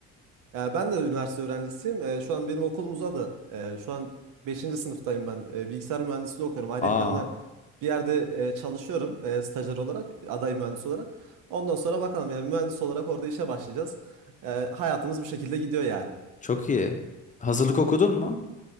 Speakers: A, on the right; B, on the left.
A: Ee, ben de üniversite öğrencisiyim. Ee, şu an benim okulum uzadı. Ee, şu an beşinci sınıftayım ben. Ee, bilgisayar mühendisliği okuyorum. Ayrıca
B: Aa,
A: de bir yerde e, çalışıyorum e, stajyer olarak, aday mühendis olarak. Ondan sonra bakalım yani mühendis olarak orada işe başlayacağız. Ee, hayatımız bu şekilde gidiyor yani.
B: çok iyi. Hazırlık okudun mu?